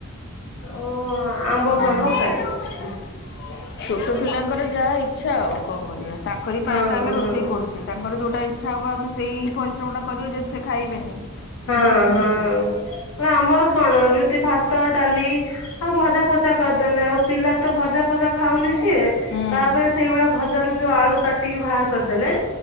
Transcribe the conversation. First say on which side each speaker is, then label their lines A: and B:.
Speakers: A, on the left; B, on the left.
A: ଓ ଆମ୍ବ ଫାମ୍ବ
B: ହୁଁ ହୁଁ।
A: ଖାଇଦଉଚି।
B: ଛୋଟ ପିଲାଙ୍କର ଯାହା ଇଚ୍ଛା ଆଉ କଣ କରିବା ତାଙ୍କରି ପାଇଁ
A: ହଁ
B: ତ ଆମେ
A: ହଁ।
B: ରୋଷେଇ କରୁ। ଅଛି ତାଙ୍କର ଯଉଟା ଇଚ୍ଛା ହେବ ଆମେ ସେଇ ପରିଶ୍ରମ ଟା କରିବା ଯଦି ସେ ଖାଇବେନି
A: ହଁ
B: ଭଲ ଲାଗିବ
A: ହଁ।
B: କି?
A: ଆମର କଣ ଯୁଉତି ଭାତ ଡାଲି ଆଉ ଭଜା ଫଜା କରିଦେଲେ ଆଉ ପିଲା ତ ଭଜା ଫଜା ଖାଉନି ସିଏ
B: ହୁଁ
A: ତାପରେ ସେଇଭଳିଆ ଭଜା ରେ ଯଉ ଆଳୁ କାଟିକି ବାହାର କରିଦେଲେ